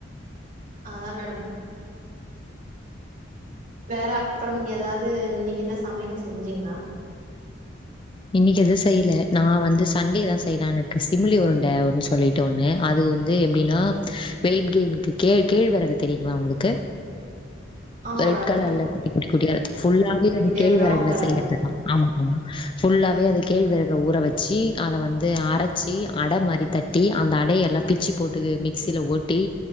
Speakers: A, on the right; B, on the left.
A: அதா மேடம் வேற அப்றம் நீங்க எதாவ்து இன்னிக் என்ன சமயல் செஞ்சிங்ளா
B: இன்னிக்கு எது செய்ல நா வந்து சண்டே தா செய்லான் இருக்கு சிம்மிலி உருண்ட ஒன் சொல்லிட் டோண்ணே அது வந்து எப்டினா வெய்ட்கெய்ன்க்கு கே கேழ்வரகு தெரியுங்ளா உங்ளுக்கு
A: ஆமா
B: ரெட்
A: மேடம்
B: கலர்ல குட்டி குட்டி குட்டியா ஃபுல்லாவே
A: குட்டி
B: அது
A: குட்டியா
B: கேழ்வெரகுல
A: பிரவுன் கலர்ல
B: செய்யர்து தா ஆமா ஆமா ஃபுல்லாவே
A: ம்
B: அது கேழ்வெரக ஊற வெச்சி அத வந்து அரச்சி அட மாறி தட்டி அந்த அட எல்லாத் பிச்சு போட்டுகு மிக்சில ஓட்டி